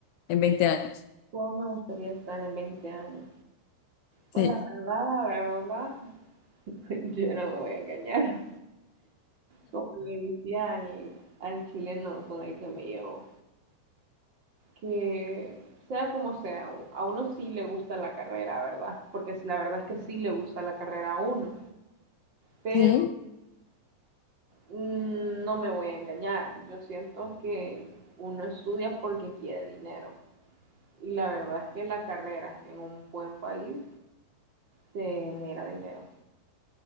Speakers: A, on the left; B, on the right.
A: en 20 años?
B: ¿Cómo me gustaría estar en 20 años?
A: Sí.
B: Pues la verdad, la verdad, <laughs> yo no me voy a engañar. Como le decía al, al chileno con el que me llevo, que sea como sea, a uno sí le gusta la carrera, ¿verdad? Porque si la verdad es que sí le gusta la carrera a uno, pero
A: Sí,
B: mm, no me voy a engañar. Yo siento que uno estudia porque quiere dinero. Y la verdad es que la carrera en un buen país te genera dinero.